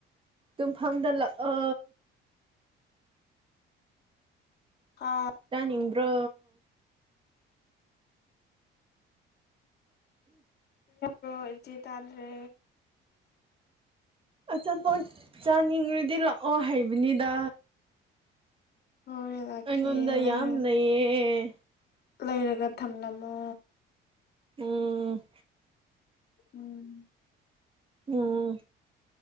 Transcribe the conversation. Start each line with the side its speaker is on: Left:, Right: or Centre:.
Right: ꯇꯨꯡꯐꯝꯗ ꯂꯥꯛ ꯑ
Left: ꯍꯥ
Right: ꯆꯥꯅꯤꯡꯕ꯭ꯔꯣ
Left: ꯭ꯔꯣ ꯏ ꯆꯦ ꯇꯥꯗ꯭ꯔꯦ
Right: ꯑꯆꯥꯄꯣꯠ ꯆꯥꯅꯤꯡꯉꯨꯗꯤ ꯂꯥꯛꯑꯣ ꯍꯥꯏꯕꯅꯤꯗ
Left: ꯍꯣꯏ ꯂꯥꯛꯀꯦ
Right: ꯑꯩꯉꯣꯟꯗ
Left: ꯂꯩꯔ
Right: ꯌꯥꯝꯝ ꯂꯩꯌꯦꯦ
Left: ꯂꯩꯔꯒ ꯊꯝꯂꯝꯃꯣ
Right: ꯑꯣ
Left: ꯎꯝ
Right: ꯑꯥ